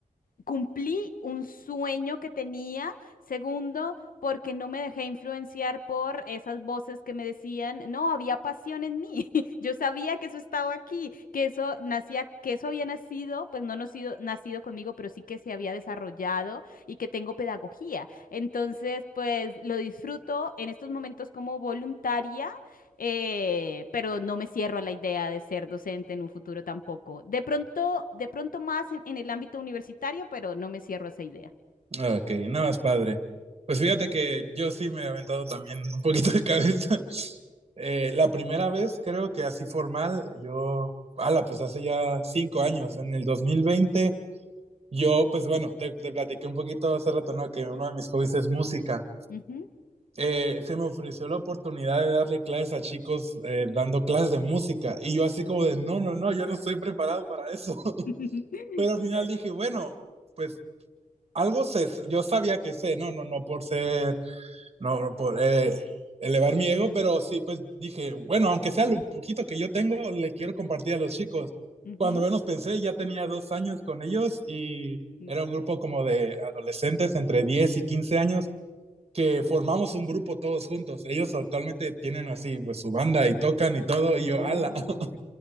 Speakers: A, on the left (about 90°); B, on the right (about 45°).
A: cumplí un sueño que tenía. Segundo, porque no me dejé influenciar por esas voces que me decían, no, había pasión en mí. <laughs> Yo sabía que eso estaba aquí, que eso nacía, que eso había nacido, pues no nacido, nacido conmigo, pero sí que se había desarrollado y que tengo pedagogía. Entonces, pues lo disfruto en estos momentos como voluntaria eh, pero no me cierro a la idea de ser docente en un futuro tampoco. De pronto, de pronto más en, en el ámbito universitario, pero no me cierro a esa idea.
B: ok, nada más padre. Pues fíjate que yo sí me he aventado también un poquito de cabeza. <laughs> Eh, la primera vez, creo que así formal, yo, ala, pues hace ya cinco años, en el dos mil veinte Yo, pues bueno, te, te platiqué un poquito hace rato, ¿no? Que uno de mis hobbies es música.
A: Ujú,
B: Eh, se me ofreció la oportunidad de darle clases a chicos eh, dando clases de música y yo así como de, no, no, no, yo no estoy preparado para eso. <laughs>
A: <laughs>
B: Pero al final
A: Claro.
B: dije, bueno, pues algo sé, yo sabía que sé, no, no, no por ser no, por eh, elevar mi ego, pero sí, pues dije, bueno, aunque sea lo poquito que yo tengo, le quiero compartir a los chicos.
A: ujú.
B: Cuando menos pensé, ya tenía dos años con ellos y
A: Mm.
B: era un grupo como de adolescentes entre diez y quince años que formamos un grupo todos juntos. Ellos actualmente tienen así, pues su banda y tocan y todo, y yo,
A: Oh.
B: ala. <laughs>